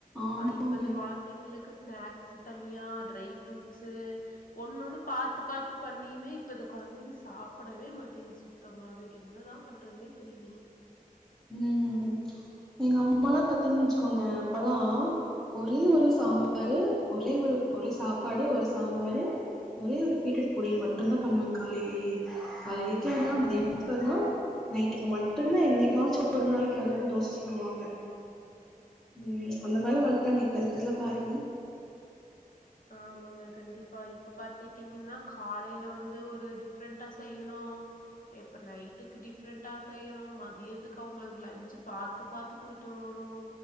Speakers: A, in the centre; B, on the left (about 65°).
A: ஆமாங்க
B: ஆனா இப்பருக்க கொழந்தைங்களுக்கு ஸ்நாக்ஸ் தனியா ட்ரை ஃப்ரூட்ஸு ஒண்ணு ஒண்ணு பாத்து பாத்து பண்ணியுமே இப் இப்ப இந்த கொழந்தைங்க சாப்புடவே மாட்டீங்கு சுத்தமாவே என்னதா பண்றதுன்னே தெரியிலிங்க
A: ம் எங்க அம்மாலா பாத்தீங்கன் வச்சுக்கோங்க அப்பல்லா ஒரே ஒரு சாம்பாரு ஒரே ஒரு ஒரே சாப்பாடு ஒரு சாம்பாரு ஒரே ஒரு பீட்ரூட் பொரியல் மட்டுந்தா பண்ணும் காலையிலேயே காலலிக்கு அதா மதியானத்துக்கு அதா நைட்டுக்கு மட்டுந்தா என்னைக்காச்சு ஒரு நாளைக்கு அதுவு தோச சுடுவாங்க ம் அந்த மாரிலா வளத்தாங்க இப்ப இருக்கறதெல்லா பாருங்க
B: ஆமாங்க கண்டிப்பா இப்ப பாத்துட்டீங்கன்னா காலையில வந்து ஒரு டிஃப்ரெண்டா செய்யணு இப்ப நைட்டுக்கு டிஃப்ரெண்ட்டா செய்யணும் மதியத்துக்கு அவுங்களுக்கு லன்ச்சு பாத்து பாத்து குடுத்துடணும்